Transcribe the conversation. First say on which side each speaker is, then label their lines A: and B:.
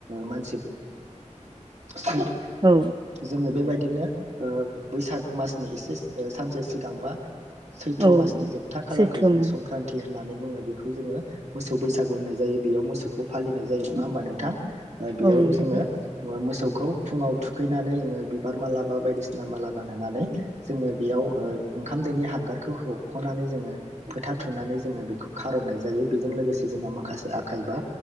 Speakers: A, on the right; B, on the right.
A: मान <unintelligible>
B: नंगौ औ
A: जोङो बेबायदि बिदिनो बैसाग मासनि एसे सानसे सिगांबा सैथ्र'
B: औ
A: मास नि जोबथा खालारखौ
B: सैथ्रमोन
A: जोङो संक्रान्तथि होननानै बुङो बेखौ जोङो मोसौ बैसागु होननाय जायो बेयाव मोसौखौ फालिनाय जायो नङा होमबा नोंथां? बेयाव
B: औ नंगौ
A: जोङो मोसौखौ फुङाव थुखैनानै जोङो बिबार मालाबा बायदिसिना <unintelligible> माला गान होनानै जोङो बेयाव ओ ओं खाम दोनि हांगारखौ ह हख'नानै जोङो फोथा थुनानै जोङो बेखौ खारननाय जायो बेजों लोगोसे जोंहा माखासे आखाइ बा